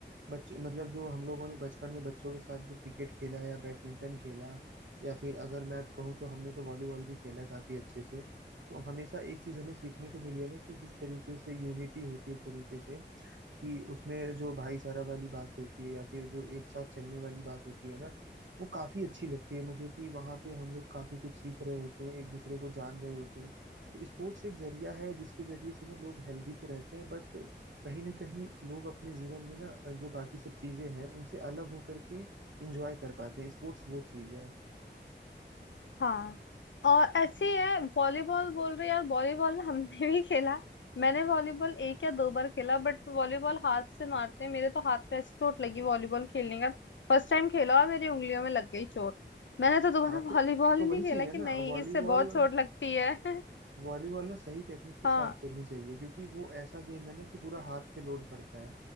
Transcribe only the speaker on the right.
बच्चे मतलब जो हम लोगों ने बचपन में बच्चों के साथ जो क्रिकेट खेला या बैडमिंटन खेला या फिर अगर मैं कहूँ तो हमने तो वॉलीबॉल भी खेला काफी अच्छे से तो हमेशा एक चीज हमें सीखने को मिली है ना कि जिस तरीके से यूनिटी होती है एक तरीके से कि उसमें जो भाईचारा वाली बात होती है या फिर जो एक साथ चलने वाली बात होती है ना वो काफी अच्छी लगती है मुझे कि वहाँ पे हम लोग काफी कुछ सीख रहे होते हैं एक दूसरे को जान रहे होते हैं तो स्पोर्ट्स एक जरिया है जिसके जरिए से ना लोग हेल्दी तो रहते हैं बट कहीं ना कहीं लोग अपने जीवन में ना जो बाकी सब चीजें हैं उनसे अलग होकर के इंजॉय कर पाते हैं स्पोर्ट्स वो चीज है
हाँ
तो
तो
वही
चीज है
ना
वॉलीबॉल
वॉलीबॉल ना सही टेक्निक के
साथ खेलनी चाहिए क्योंकि वो ऐसा गेम है ना कि पूरा हाथ पे लोड पड़ता है